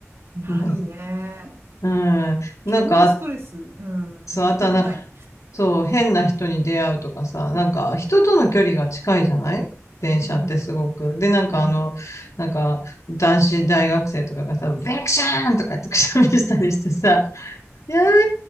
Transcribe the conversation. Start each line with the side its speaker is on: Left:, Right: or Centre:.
Right: ないね。
Left: <laughs> うん。うんなんか、
Right: 基本ストレス、
Left: あ
Right: うん、
Left: そう、
Right: 乗りたくない。
Left: あとはなんか、そう、変な人に出会うとかさ、なんか、人との距離が近いじゃない電車ってすごく。
Right: うん、
Left: で、なんかあの、
Right: うん。
Left: なんか、男子大学生とかがさ、ベクシャーンとかってくしゃみしたりしてさ、やめろ